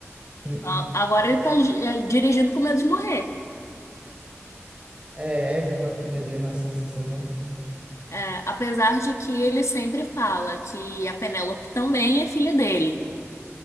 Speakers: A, on the right (about 20°); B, on the left (about 75°).
A: Hum.
B: A- Agora ele tá gi- eh, dirigindo com medo de morrer.
A: É, é mesmo a filha dele nasceu essa semana.
B: É, apesar de que ele sempre fala que a Penélope também é filha dele.